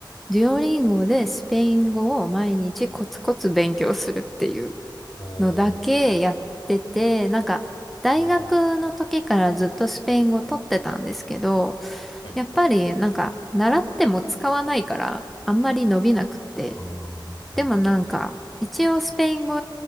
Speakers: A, in the centre; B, on the left (about 80°).
A: デュオリンゴでスペイン語を毎日コツコツ勉強するっていう。
B: おー。
A: のだけやってて、なんか大学の時からずっとスペイン語取ってたんですけど、
B: うん。はい。
A: やっぱりなんか習っても使わないからあんまり伸びなくって。
B: ああ、
A: でもなんか一応スペイン語
B: はい。